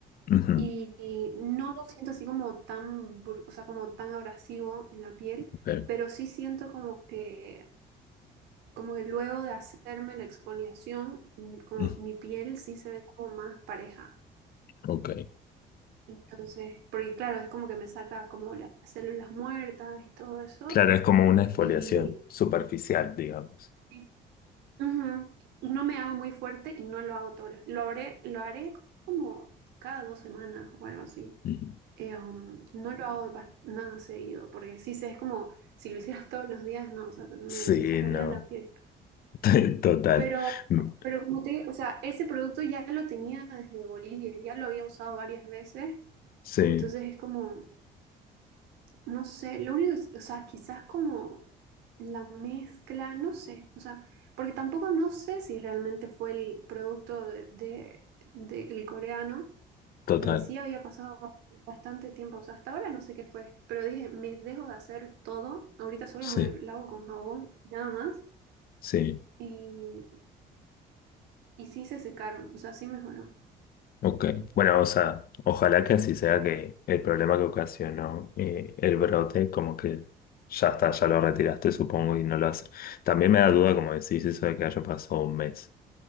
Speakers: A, on the left; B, on the right.
A: Ujú,
B: y, y no lo siento así como tan, bru- o sea, como tan abrasivo en la piel,
A: ok,
B: pero sí siento como que, como que luego de hacerme la exfoliación, mm, como
A: mm,
B: mi piel sí se ve como más pareja.
A: ok.
B: Entonces, porque claro, es como que me saca como las células muertas y todo eso.
A: Claro, es como una exfoliación
B: Y
A: superficial, digamos.
B: Sí. ujú, no me hago muy fuerte y no lo hago todo. Lo haré, lo haré como cada dos semanas o algo así.
A: Ujú.
B: Eh, um, no lo hago bas- nada seguido, porque sí sé, es como si lo hicieras <laughs> todos los días, no, o sea, me,
A: Sí,
B: me sacaría
A: no.
B: la piel.
A: <laughs> Total.
B: Pero,
A: Mm,
B: pero como te digo, o sea, ese producto ya lo tenía desde Bolivia, ya lo había usado varias veces,
A: Sí,
B: entonces es como. No sé, lo único es, o sea, quizás como la mezcla, no sé, o sea, porque tampoco no sé si realmente fue el producto de, de- del coreano,
A: total.
B: porque sí había pasado bastante tiempo, o sea, hasta ahora no sé qué fue, pero dije, me dejo de hacer todo, ahorita solo me
A: Sí,
B: lavo con jabón, nada más,
A: sí.
B: y, y sí se secaron, o sea, sí mejoró.
A: Ok, bueno, o sea, ojalá que así sea que el problema que ocasionó eh, el brote, como que ya está, ya lo retiraste, supongo, y no lo hace. También me da duda, como decís, eso de que haya pasado un mes.